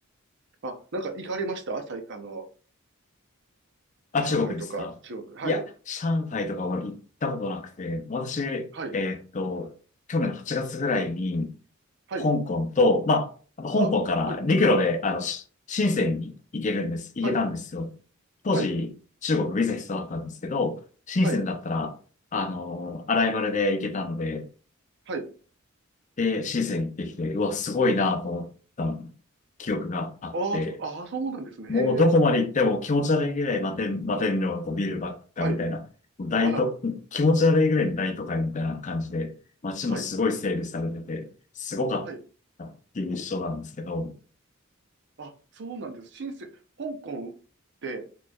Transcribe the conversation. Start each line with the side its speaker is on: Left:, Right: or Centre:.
Right: あ、なんか行かれましたさい、あの、
Left: あ、
Right: 上海とか中国。
Left: 中国ですかいや、
Right: はい、
Left: 上海とかは行ったことなくて、私、えーっと、
Right: はい、
Left: 去年の8月ぐらいに、
Right: はい。
Left: 香港と、まあ、香港から陸路で、
Right: あ、はい、
Left: あの、し深センに行けるんです、行けたんですよ。
Right: はい、
Left: 当時、
Right: はい、
Left: 中国ビザ必要だったんですけど、深センだったら、
Right: はい、
Left: あの、アライバルで行けたので、
Right: はい。
Left: で、シーズン行ってきて、うわ、すごいなと思った記憶があって、
Right: ああ、そあー、そうなんですね。
Left: もうどこまで行っても気持ち悪いぐらい摩天、
Right: へえ。
Left: 摩天楼のビルばっかみたいな、
Right: はい。
Left: 大都、
Right: あら、
Left: 気持ち悪いぐらいの大都会みたいな感じで、街もすごい整備されてて、
Right: はい、
Left: すごかったっていう印象なんですけど、
Right: はい。あ、そうなんです。深セン、香港って、